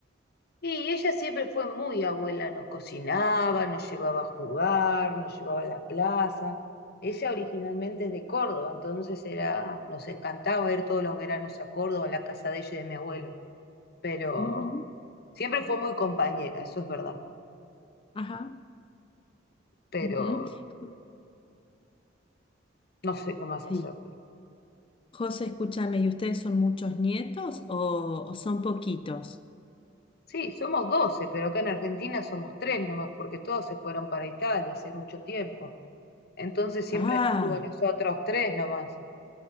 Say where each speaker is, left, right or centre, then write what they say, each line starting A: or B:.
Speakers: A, on the left; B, on the left.
A: Y ella siempre fue muy abuela, nos cocinaba, nos llevaba a jugar, nos llevaba a la plaza. Ella originalmente es de Córdoba, entonces era, nos encantaba ir todos los veranos a Córdoba, a la casa de ella y de mi abuelo pero
B: Ujú,
A: Siempre fue muy compañera, eso es verdad,
B: Ajá.
A: pero
B: ujú. Ju-
A: no sé qué más
B: Sí.
A: hacerlo.
B: José, escúchame, ¿y ustedes son muchos nietos o, o son poquitos?
A: Sí, somos 12 pero acá en Argentina somos tres nomás, porque todos se fueron para Italia hace mucho tiempo. Entonces siempre
B: Ah.
A: estuvo nosotros tres nomás.